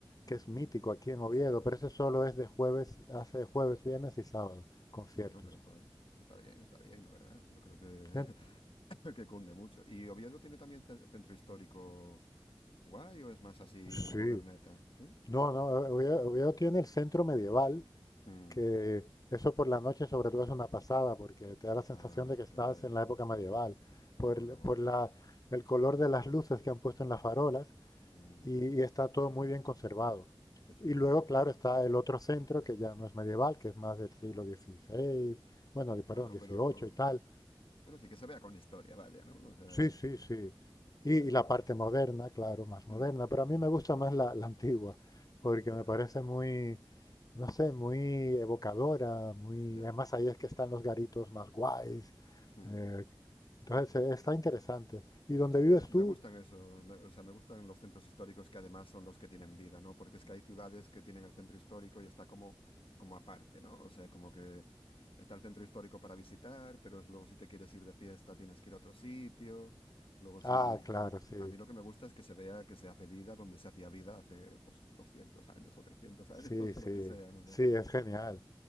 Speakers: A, on the left; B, on the left.
A: Ujú.
B: que es mítico aquí
A: Nada
B: en Oviedo,
A: salvaje.
B: pero ese solo es de jueves, hace jueves, viernes y sábado, conciertos.
A: Bueno, pero joder, está bien, está bien, la verdad. Yo creo que,
B: Sí,
A: <laughs> que cunde mucho. ¿Y Oviedo tiene también ce- centro histórico guay o es más así
B: Sí.
A: moderneta? sí
B: no, no, Oviedo, Oviedo tiene el centro medieval,
A: Mm,
B: que eso por la noche sobre todo es una pasada porque te da la sensación
A: Ah,
B: de que estás
A: qué guay.
B: en la época medieval,
A: Mola,
B: por, el-
A: mola.
B: por la- el color de las luces que han puesto en las farolas
A: Mm,
B: y, y está todo muy bien conservado.
A: qué chulada.
B: Y luego, claro, está el otro centro que ya no es medieval, que es más del siglo
A: Mm.
B: XVI, bueno, de- perdón,
A: Bueno,
B: XVIII
A: pero,
B: y tal,
A: pero sí que se vea con historia, vaya, ¿no? O sea,
B: Sí, sí, sí.
A: guay.
B: Y, y la parte moderna, claro, más moderna,
A: Mm,
B: pero a mí me gusta más la, la antigua, porque
A: Ya,
B: me parece muy, no sé, muy evocadora, muy...
A: ya.
B: Además ahí es que están los garitos más guays.
A: Mm.
B: eh, entonces eh, está interesante. ¿Y dónde
A: Sí,
B: vives
A: me, me
B: tú?
A: gustan eso, me- o sea, me gustan los centros históricos que además son los que tienen vida, ¿no? Porque es que hay ciudades que tienen el centro histórico y está como, como aparte, ¿no? O sea, como que está el centro histórico para visitar, pero es- luego si te quieres ir de fiesta tienes que ir a otro sitio, luego si...
B: Ah, claro,
A: ta-
B: sí,
A: A mí lo que me gusta es que se vea que se hace vida donde se hacía vida hace, pues, 200 años o 300 años
B: sí,
A: <laughs>
B: sí,
A: o lo que sea, no sé.
B: sí, es genial.